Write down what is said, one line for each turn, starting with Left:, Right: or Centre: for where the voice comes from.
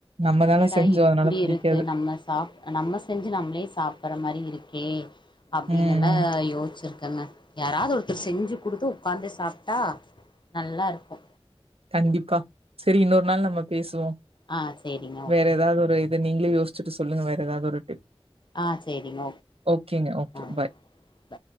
Right: நம்ம
Left: என்னடா
Right: தான செஞ்சோ
Left: இப்டி
Right: அதனால பிடிக்காது
Left: இருக்கு நம்ம சாப் நம்ம செஞ்சி நம்மளே சாப்பட்ற மாரி இருக்கே அப்டின்னெல்லா
Right: ம் ம்.
Left: யோசிச்சிருக்கங்க யாராவது ஒருத்தர் செஞ்சி குடுத்து ஒக்காந்து சாப்டா நல்லாருக்கு
Right: கண்டிப்பா செரி இன்னொரு நாள் நம்ம பேசுவோ
Left: ஆ சரிங்க. ஓகே.
Right: வேற ஏதாவது ஒரு வந்து நீங்களே யோசிச்சிட்டு சொல்லுங்க வேற ஏதாது ஒரு டிப்
Left: ஆ சரிங்க.
Right: ஓகேங்க ஓகே
Left: ஆ.
Right: Bye
Left: by.